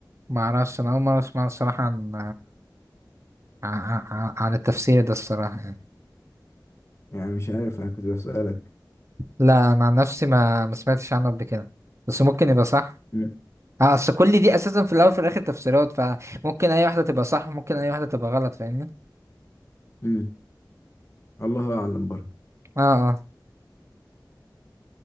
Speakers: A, on the right; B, on the left.
A: ما اعرفش انا اول مرة اسمع الصراحة عن عن, عن... عن التفسير ده الصراحة يعني
B: يعني مش عارف انا كنت بسألك
A: لا انا عن نفسي ما ما سمعتش عنه قبل كده بس ممكن يبقى صح
B: مم.
A: اه اصل كل دي اساسا في الاول وفي الاخر تفسيرات فممكن اي واحدة تبقى صح وممكن اي واحدة تبقى غلط فاهمني
B: امم الله اعلم برضه
A: اه اه